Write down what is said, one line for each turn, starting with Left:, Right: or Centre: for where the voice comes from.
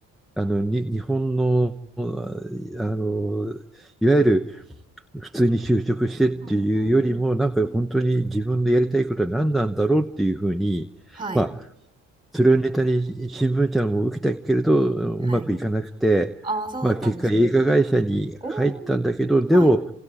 Centre: あの、に、日本の、あの、いわゆる普通に就職してっていうよりも、
Right: うんうんうん
Centre: なんか本当に自分のやりたいことは何なんだろうっていうふうに、
Right: はい
Centre: まあそれをネタに新聞社も受けたけれど、
Right: はい
Centre: うまくいかなくて、
Right: ああ、そうだったんですね。
Centre: まあ、結果映画会社に入ったんだけど、
Right: おお。
Centre: でも
Right: はい。